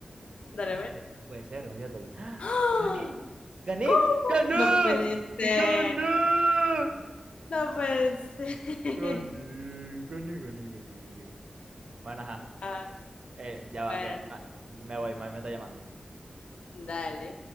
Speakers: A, on the left (about 70°); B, on the right (about 55°).
A: Dale
B: Es que
A: a
B: no
A: ver.
B: puede ser. no, ya- pues.
A: <gasps>
B: ¡Ah!
A: ¡Ah!
B: ¡Gané! ¡Gané!
A: ¿Cómo?
B: ¡Gané!
A: No puede ser.
B: ¡Gané! ¡Gané!
A: No puede ser.
B: Gané,
A: <laughs>
B: gané, gané, gané. Bueno, ajá.
A: Ah,
B: Eh, ya va,
A: bueno,
B: que ma- me voy, mami me está llamando.
A: dale.